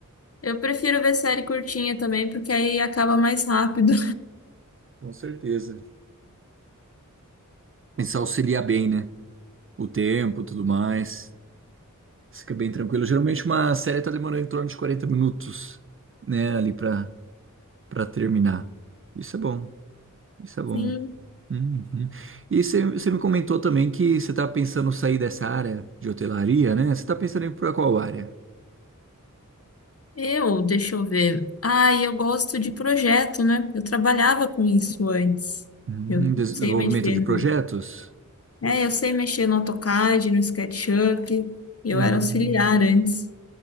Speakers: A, on the left; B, on the right.
A: Eu prefiro ver série curtinha também, porque aí acaba mais rápido.
B: Com certeza. Isso auxilia bem, né? O tempo, tudo mais. Fica bem tranquilo. Geralmente uma série tá demorando em torno de 40 minutos, né? Ali pra para terminar. Isso é bom, isso é bom.
A: <laughs> Sim.
B: Uhum. E você você me comentou também que você está pensando sair dessa área de hotelaria, né? Você está pensando em ir para qual área?
A: Eu, deixa eu ver. Ah, eu gosto de projeto, né? Eu trabalhava com isso antes.
B: Hum,
A: Eu
B: desenvolvimento
A: sei mexer
B: de projetos?
A: no... É, eu sei mexer no AutoCAD, no SketchUp. Eu
B: Hum.
A: era auxiliar antes.